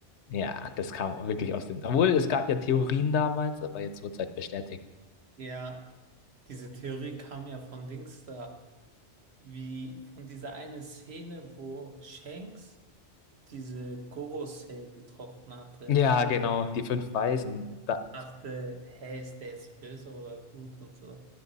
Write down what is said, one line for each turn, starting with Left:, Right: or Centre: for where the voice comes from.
Left: Ja, das kam wirklich aus dem. Obwohl, es gab ja Theorien damals, aber jetzt wurde es halt bestätigt.
Right: Ja, diese Theorie kam ja von Dings da. Wie von dieser einen Szene, wo Shanks diese Gorosei getroffen hatte.
Left: Ja, genau, die fünf Weißen. Da...
Right: Dachte, hey, ist der jetzt böse oder gut und so.